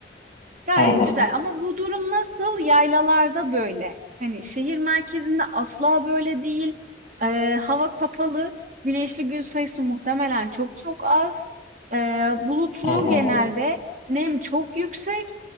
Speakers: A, on the right (about 45°); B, on the left (about 35°).
A: Gayet
B: hı
A: güzel ama bu durum nasıl? Yaylalarda böyle. Hani şehir merkezinde asla böyle değil. Ee, hava kapalı. Güneşli gün sayısı muhtemelen çok çok az. Ee, bulutlu
B: hı hı.
A: genelde. Nem çok yüksek